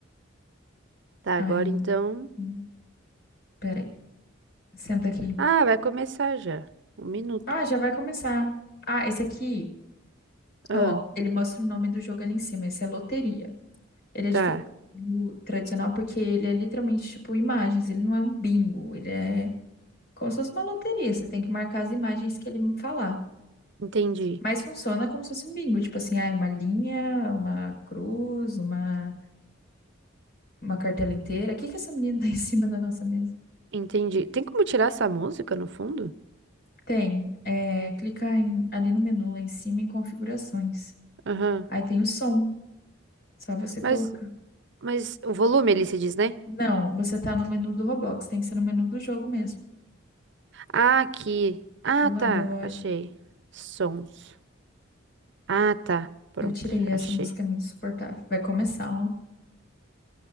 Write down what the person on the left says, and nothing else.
aí,
hum, peraí, senta aqui.
Ah, já vai começar. Ah, esse aqui,
ó, ele mostra o nome do jogo ali em cima, esse é loteria. Ele é diferente
do tradicional porque ele é literalmente tipo imagens, ele não é um bingo, ele é como se fosse uma loteria, você tem que marcar as imagens que ele falar.
Mas funciona como se fosse um bingo, tipo assim, ah, uma linha, uma cruz, uma, uma cartela inteira. O que que essa menina <laughs> tá em cima da nossa mesa?
Tem, é, clica em- ali no menu lá em cima em configurações.
Aí tem o som, só você
colocar.
Não, você tá no menu do Roblox, tem que ser no menu do jogo mesmo,
do lado
da loja.
Eu tirei, essa
música é muito insuportável. Vai começar, ó.